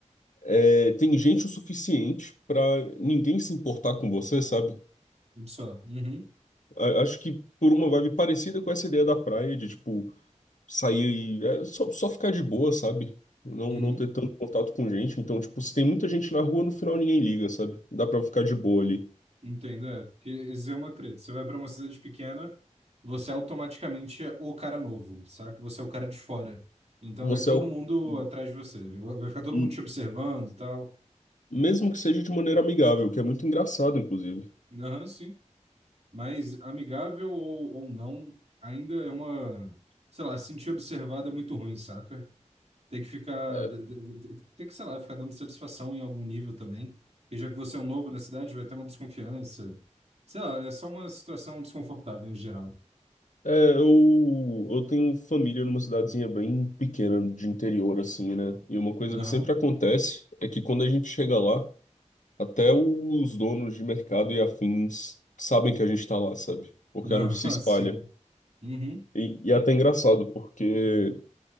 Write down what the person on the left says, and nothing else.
é, tem gente o suficiente pra ninguém se importar com você, sabe?
A- acho que por uma vibe parecida com essa ideia da praia, de, tipo, sair e é, só, só ficar de boa, sabe? Não,
não ter tanto contato com gente. Então, tipo, se tem muita gente na rua, no final ninguém liga, sabe? Dá pra ficar de boa ali.
Você
é o...
e-
e-
Mesmo que seja de maneira amigável, que é muito engraçado, inclusive.
É,
é, eu, eu tenho família numa cidadezinha bem pequena de interior, assim, né? E uma coisa
que sempre acontece é que quando a gente chega lá, até os donos de mercado e afins sabem que a gente tá lá, sabe? Porque
a notícia espalha.
E, e é até engraçado, porque